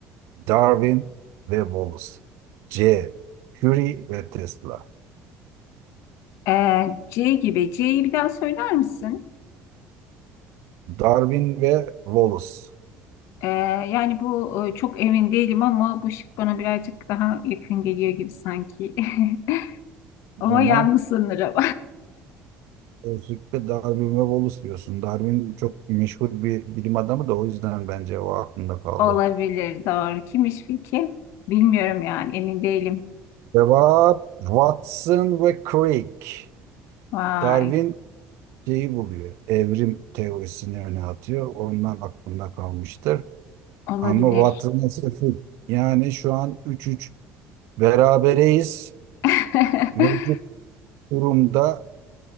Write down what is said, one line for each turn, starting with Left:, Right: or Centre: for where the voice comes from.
Right: Darwin ve Wallace C. Curie ve Tesla
Left: Ee, C gibi. C'yi bir daha söyler misin?
Right: Darwin ve Wallace.
Left: Ee, yani bu e, çok emin değilim ama bu şık bana birazcık daha yakın geliyor gibi sanki. <laughs>
Right: O
Left: Ama
Right: zaman
Left: yanlış sanırım.
Right: özellikle Darwin ve Wallace diyorsun. Darwin çok meşhur bir bilim adamı da o yüzden bence o aklımda
Left: <laughs>
Right: kaldı.
Left: Olabilir doğru. Kimmiş peki? Bilmiyorum yani emin değilim.
Right: Cevap Watson ve Crick.
Left: Vay
Right: Darwin şeyi buluyor. Evrim teorisini öne atıyor. Ondan aklımda kalmıştır.
Left: olabilir.
Right: Ama Watson'a sıfır. Yani şu an 3-3 berabereyiz.
Left: <laughs>
Right: Mevcut durumda